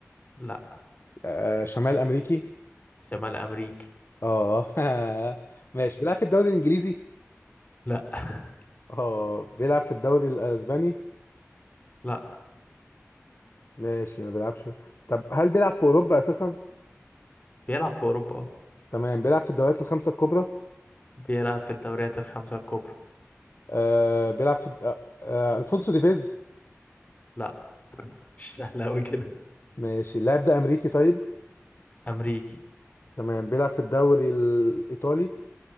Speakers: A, on the left; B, on the left.
A: لا
B: آه شمال امريكي
A: شمال امريكي
B: اه <laughs> ماشي بيلعب في الدوري الانجليزي
A: لا <laughs>
B: اه بيلعب في الدوري الاسباني
A: لا
B: ماشي ما بيلعبش طب هل بيلعب في اوروبا اساسا
A: بيلعب في اوروبا اه
B: تمام بيلعب في الدوريات الخمسة الكبرى
A: بيلعب في الدوريات الخمسة الكبرى
B: آه بيلعب في آه آه الفونسو ديفيز
A: لا مش سهل قوي كده
B: ماشي اللاعب ده امريكي طيب
A: امريكي
B: تمام بيلعب في الدوري الايطالي